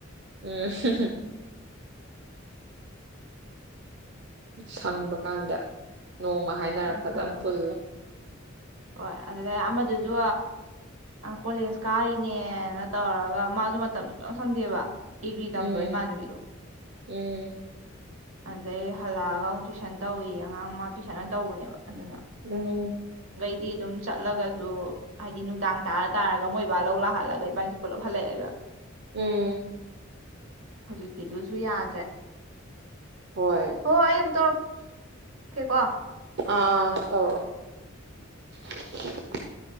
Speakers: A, on the right (about 55°); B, on the right (about 70°).
A: ꯎꯝ ꯁꯪꯕ ꯀꯥꯟꯗ ꯅꯣꯡꯃ ꯍꯥꯏꯅꯔ
B: ꯎꯝ
A: ꯐꯖꯅ
B: ꯈꯪꯕꯒ
A: ꯄꯨꯜꯂꯣ
B: ꯍꯣꯏ ꯑꯗꯨꯗꯩ ꯑꯃꯗꯨꯁꯨ ꯀꯣꯂꯦꯖ ꯀꯥꯔꯤꯅꯦꯅ ꯇꯧꯔꯒ ꯃꯥꯁꯨ ꯃꯇꯝ ꯁꯨꯡꯁꯪ ꯁꯪꯗꯦꯕ ꯑꯦꯒ꯭ꯔꯤ ꯇꯝꯕꯩ
A: ꯎꯝ
B: ꯏꯃꯥꯅꯕꯤꯗꯣ
A: ꯎꯝ
B: ꯑꯗꯩ ꯍꯜꯂꯛꯑꯒ ꯑꯃꯨꯛ ꯇꯨꯏꯁꯟ ꯇꯧꯏ ꯑꯉꯥꯡ ꯃꯥ ꯇꯨꯏꯁꯟ ꯇꯧꯕꯅꯦꯕ ꯑꯗꯨꯅ
A: ꯎꯝ
B: ꯏ ꯑꯗꯨꯝ ꯆꯠꯂꯒꯁꯨ ꯍꯥꯏꯗꯤ ꯅꯨꯡꯗꯥꯡ ꯇꯥꯔ ꯇꯥꯔꯒ ꯃꯣꯏ ꯕꯥ ꯂꯧ ꯂꯥꯛꯍꯜꯂꯒ ꯏꯕꯥꯅꯤꯁꯦ ꯄꯨꯂꯞ ꯍꯜꯂꯛꯑꯦꯕ
A: ꯎꯝ
B: ꯍꯧꯖꯤꯛꯀꯤꯗꯨꯁꯨ ꯌꯥꯗ꯭ꯔꯦ
A: ꯍꯣꯏ
B: ꯍꯣ ꯑꯩ ꯑꯃꯨꯛ ꯇꯧꯔꯛ ꯀꯦꯀꯣ
A: ꯑꯥ ꯑꯥ ꯇꯧꯔꯛꯑꯣ